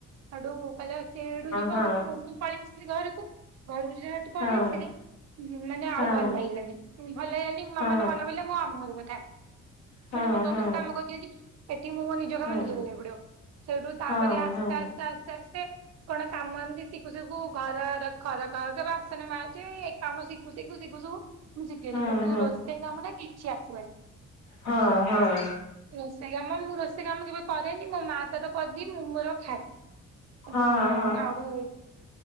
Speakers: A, on the right; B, on the left.
A: ହେଡୁ କହିଲା ଚେ ଏଡୁ ଯିବ
B: ହଁ
A: ଆସଚି <unintelligible> ପଳି ଆସିଥିଲି ଘରକୁ ଘରୁ ଯେହେଟୁ ପଳେଇ
B: ହଁ
A: ଆସିଲି ହୁଁ ମାନେ ଆଉ
B: ହଁ
A: ଭଲ ଲାଗିଲାନି ଭଲ ଲାଗିଲାନି
B: ହଁ
A: ମାନେ ମନ ପଡ଼ିଲା ମୋ ମାମୁଁ ଘର କଥା
B: ହଁ
A: ସେଠୁ ମୋର ଜମିଶ
B: ହଁ
A: କାମ କରିଦିଅନ୍ତି ଏଠି ମୁଁ ମୋ ନିଜ କାମ
B: ହଁ
A: ନିଜେ କରିବାକୁ ପଡିବ ସେଇଠୁ ତାପରେ
B: ହଁ
A: ଆସ୍ତେ
B: ହଁ ହଁ ହଁ ହଁ
A: ଆସ୍ତେ ସ୍ତେ ଆସ୍ତେ ସ୍ତେ କଣ କାମ ଏମତି ଶିଖୁ ସିକୁୁ ଘର ଖର ଖର ବାସନ ମାଯେ ଏ କାମ ଶିଖୁ ଶିଖୁ ଶିଖୁ ସୁ ମୁଁ ଶିଖିଗଲି
B: ହଁ
A: କିନ୍ତୁ ରୋଷେଇ କାମ ନା କିଛି ଆସିବନି।
B: ହଁ ହଁ
A: ରୋଷେଇ କାମ ମୁଁ ରୋଷେଇ କାମ କେବେ କରେନି ମୋ ମା ତାର କରିଦିଏ ମୁଁ ମୋର ଖାଏ।
B: ହଁ
A: ହୁଁ ଆଉ